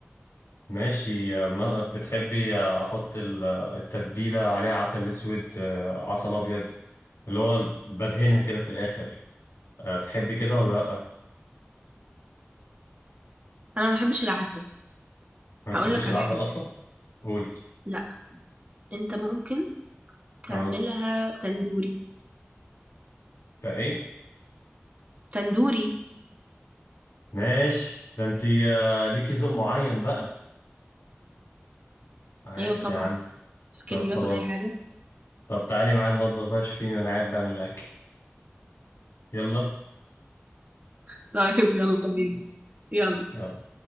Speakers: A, on the left; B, on the right.
A: ماشي آه، ما- بتحبي آه، احط ال- آه، التتبيله عليها عسل اسود آه، عسل ابيض اللي هو ال- بدهنها كده في الاخر آه، تحبي كده ولا لا
B: انا ما بحبش العسل
A: ما بتحبيش
B: هقول لك
A: العسل
B: على حاجة
A: اصلا قولي
B: لا انت ممكن
A: اه
B: تعملها تندوري
A: ده ايه
B: تندوري
A: ماشي ده انتي آه، ليكي ذوق معين بقى ماشي
B: ايوه طبعا
A: يا عم
B: فكرني
A: طب خلاص
B: باكل اي حاجة
A: طب تعالي معايا المطبخ بقى شوفي انا قاعد بعمل الاكل يلا
B: <laughs> طيب يلا بينا يلا
A: يلا